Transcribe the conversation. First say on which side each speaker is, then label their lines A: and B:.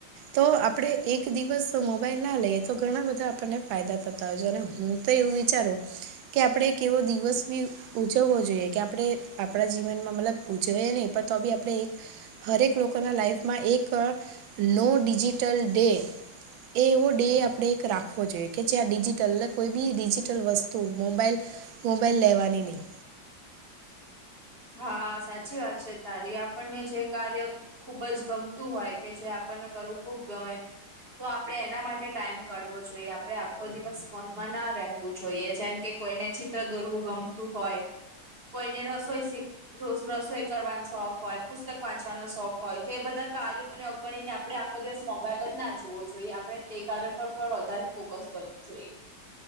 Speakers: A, on the right; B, on the right.
A: તો આપડે એક દિવસ મોબાઈલ ના લઈએ તો ઘણા બધા આપણને ફાયદા થતા અને હું તો એવું વિચારું કે આપડ કેવો દિવસ બી ઉજવવો જોઈએ કે આપણે આપણા જીવનમાં મતલબ ઉજવીએ નહી પણ તો બી આપણે એક હરેક લોકોના લાઈફમાં એક નો ડિજિટલ ડે એ એવો ડે આપણે એક રાખવો જોઈએ કે જ્યાં ડિજિટલ ને કોઈ બી ડિજિટલ વસ્તુ મોબાઈલ મોબાઈલ લેવાની નહીં
B: હા સાચી વાત છે તારી આપણને જે કાર્ય ખૂબ જ ગમતું હોય કે જે આપણને કરવું ખૂબ ગમે તો આપણે એના માટે ટાઈમ કાઢવો જોઈએ આપણે આખો દિવસ ફોનમાં ના રહેવું જોઈએ જેમ કે કોઈને ચિત્ર દોરવું ગમતું હોય કોઈને રસોઈ શીખ રોજ રસોઈ કરવાનો શોખ હોય, પુસ્તક વાંચવાનો શોખ હોય, તો એ બધા કાર્યો અને અગણીને આપણે આખો દિવસ મોબાઈલ જ ના જોવો જોઈએ આપણે તે કાર્યો પર પણ વધારે ફોકસ કર <unintelligible>